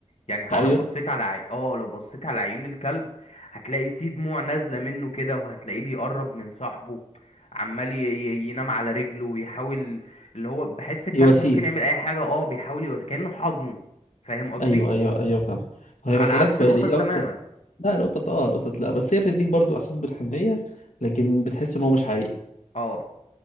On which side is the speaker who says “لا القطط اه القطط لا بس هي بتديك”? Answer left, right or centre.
Left